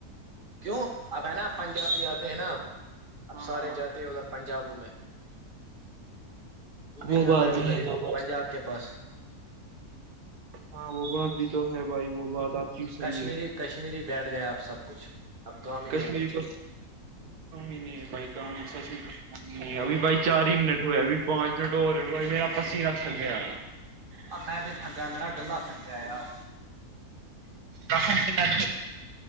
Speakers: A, on the right; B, on the right.
A: کیوں اب ہے نا ا پنجابی آتے ہیں نا اب اب
B: ہاں
A: سارے جاتے ہیں ادھر پنجابوں میں تو بھی
B: وہ
A: جاتا
B: بات
A: ہے
B: بھی
A: ادھر ہی
B: تو بھائی
A: پنجاب کے پاس
B: ہاں وہ بات بھی تو ہے بھائی وہ بات آپ کی صحیح
A: کشمیری
B: ہے
A: کشمیری بیٹھ گئے آپ سب کچھ اب کام ہی نہیں
B: کشمیری
A: ہے کچھ
B: کو ن بائی سمی نہیں ابھی بھائی چار ہی منٹ ہوئے ابھی پانچ منٹ ہو رہ ہے ہو بھائی میرا پس ہی رکھ سک گیا
A: اور میں بھی تھگا میرا گلہ تھگیا ار
B: رسن سےنات